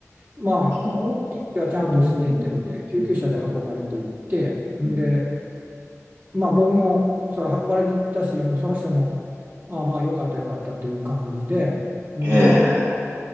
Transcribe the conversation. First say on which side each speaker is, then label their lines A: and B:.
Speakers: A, on the right (about 40°); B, on the right (about 60°).
A: まあ意識はちゃんとしててで救急車で運ばれていってで
B: ほううんうんうん
A: まあ僕もそれ運ばれていったし、もうその人も、ああまあよかったよかったっていう感じで、んで、
B: ええ